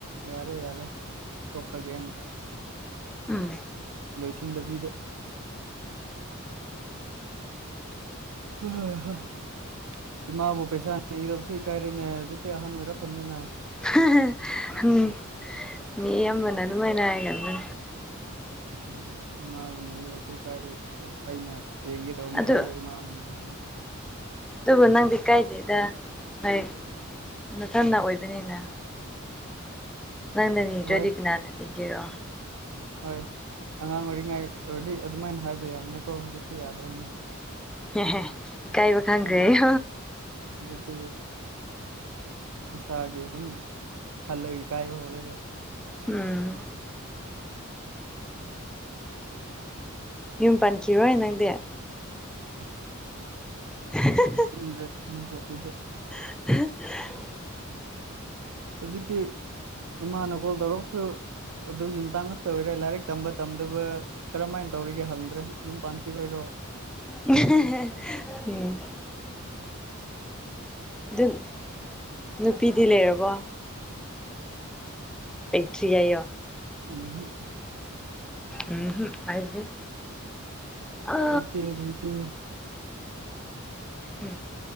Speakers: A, on the right; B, in the centre.
A: ꯌꯥꯔꯦ ꯌꯥꯔꯦ ꯇꯣꯛꯈ꯭ꯔꯒꯦꯅ
B: ꯎꯝ
A: ꯂꯣꯏꯁꯤꯟꯗꯕꯤꯗ <unintelligible> ꯏꯃꯥꯕꯨ ꯄꯩꯁꯥ ꯅꯤꯔꯕꯁꯨ ꯏꯀꯥꯏꯔꯦꯅꯦ ꯍꯧꯖꯤꯛꯇꯤ ꯑꯍꯟ ꯑꯣꯏꯔꯛꯈ꯭ꯔꯕꯅꯤꯅ
B: <unintelligible> ꯃꯤ ꯑꯃꯅ ꯑꯗꯨꯃꯥꯏꯅ ꯌꯥꯝꯅ
A: ꯎꯝ ꯏꯃꯥꯕꯨ ꯅꯤꯒꯗꯧꯁꯨ ꯏꯀꯥꯏꯔꯦ ꯍꯧꯖꯤꯛꯇꯤ ꯑꯩꯅ ꯌꯦꯡꯒꯦꯇꯧꯕ ꯃꯇꯝꯗ
B: ꯑꯗꯨ
A: ꯏꯃꯥꯕꯨ ꯅꯤꯔꯤꯌꯦ
B: ꯑꯗꯨꯕꯨ ꯅꯪꯗꯤ ꯀꯥꯏꯗꯦꯗ ꯅꫭꯏ ꯅꯊꯟꯇ ꯑꯣꯏꯕꯅꯤꯅ ꯅꯪꯅ ꯅꯤꯗ꯭ꯔꯗꯤ
A: ꯍꯣꯏ
B: ꯀꯅꯥꯅ ꯅꯤꯒꯦꯔꯣ
A: ꯍꯣꯏ ꯑꯉꯥꯡ ꯑꯣꯏꯔꯤꯉꯩ ꯑꯣꯏꯔꯗꯤ ꯑꯗꯨꯃꯥꯏꯅ ꯍꯥꯏꯕ ꯌꯥꯕꯅꯦꯀꯣ ꯍꯧꯖꯤꯛꯇꯤ ꯌꯥꯗ꯭ꯔꯕꯅꯦ
B: ꯍꯦꯍꯦ ꯏꯀꯥꯏꯕ ꯈꯪꯈ꯭ꯔꯦꯌꫭ
A: ꯍꯥꯏꯕꯗꯤ ꯍꯧꯖꯤꯛꯇꯤ ꯏꯁꯥꯒꯤ ꯑꯗꯨꯝ ꯈꯜꯂꯒ ꯏꯀꯥꯏꯕ ꯍꯧꯔꯦꯕ
B: ꯎꯝ ꯌꯨꯝ ꯄꯥꯟꯈꯤꯔꯣꯏ ꯅꯪꯗꯤ
A: ꯎꯞ
B: <unintelligible>
A: ꯈꯪꯗ꯭ꯔꯦ ꯈꯪꯗ꯭ꯔꯦ ꯑꯗꯨꯗꯤ
B: <unintelligible>
A: ꯍꯧꯖꯤꯛꯇꯤ ꯏꯃꯥꯅ ꯀꯣꯜ ꯇꯧꯔꯛꯄꯁꯨ ꯑꯗꯨꯒꯤ ꯃꯇꯥꯡ ꯉꯥꯛꯇ ꯑꯣꯏꯔꯦ ꯂꯥꯏꯔꯤꯛ ꯇꯝꯕ ꯇꯝꯗꯕ ꯀꯔꯝꯍꯥꯏꯅ ꯇꯧꯔꯤꯒꯦ ꯍꯪꯗ꯭ꯔꯦ ꯌꯨꯝ ꯄꯥꯟꯈꯤꯔꯣꯏꯗ꯭ꯔꯣ
B: ꯎꯝ ꯑꯗꯨꯝ ꯅꯨꯄꯤꯗꯤ ꯂꯩꯔꯕꯣ ꯂꯩꯇ꯭ꯔꯤ ꯍꯥꯏꯌꫭ
A: ꯎꯝ ꯍꯨꯝ
B: ꯎꯝ ꯍꯨꯝ ꯍꯥꯏꯗꯤ ꯑꯥ
A: ꯂꯩꯇꯦ ꯂꯩꯇꯦ
B: ꯎꯝ